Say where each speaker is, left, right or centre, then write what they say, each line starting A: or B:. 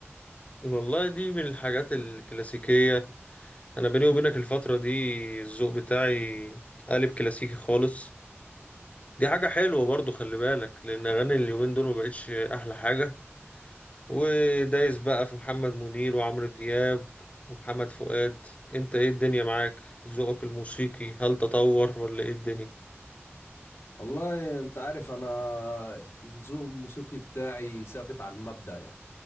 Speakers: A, on the left; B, on the left.
A: والله دي من الحاجات الكلاسيكية انا بيني وبينك الفترة دي الذوق بتاعي قالب كلاسيكي خالص دي حاجة حلوة برضو خلي بالك لان اغاني اليومين دول ما بقتش احلى حاجة ودايس بقى في محمد منير وعمرو دياب ومحمد فؤاد انت ايه الدنيا معاك ذوقك الموسيقي هل تطور ولا ايه الدنيا
B: والله أنت عارف أنا الذوق الموسيقي بتاعي ثابت على المبدأ يعني